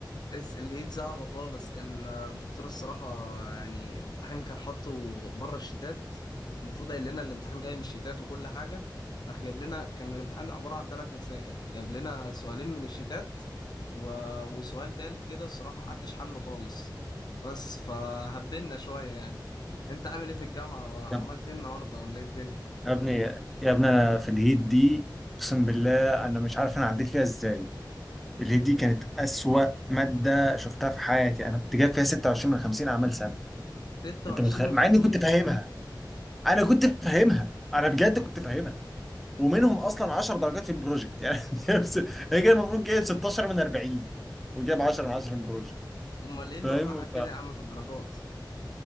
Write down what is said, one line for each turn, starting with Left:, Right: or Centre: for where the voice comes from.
Left: اس- الليد صعب خالص كان آه، الدكتور الصراحة يعني الامتحان كان حاطه بره الشتات المفروض قايل لنا الامتحان جاي من الشتات وكل حاجة راح جايب لنا كان الامتحان عبارة عن ثلاث مسائل جاب لنا سؤالين من الشتات و... وسؤال تالت كده الصراحة محدش حله خالص بس فهبنا شوية يعني انت عامل ايه في الجامعة وعملت
Centre: يا
Left: ايه النهاردة ولا ايه الدنيا
Centre: يا ابني يا ابني انا في الهيت دي اقسم بالله انا مش عارف انا عديت فيها ازاي الهيت دي كانت اسوأ ماده شفتها في حياتي انا كنت جايب فيها 26 من 50 اعمال سنه
Left: 26
Centre: انت متخيل
Left: من
Centre: مع
Left: 50
Centre: اني كنت فاهمها انا كنت فاهمها انا بجد كنت فاهمها ومنهم اصلا 10 درجات في البروجكت يعني <laughs> هي كان المفروض جايب 16 من 40 وجاب 10 من 10 في البروجكت
Left: امال ايه اللي
Centre: فاهم
Left: وقعك كده يا عم في الدرجات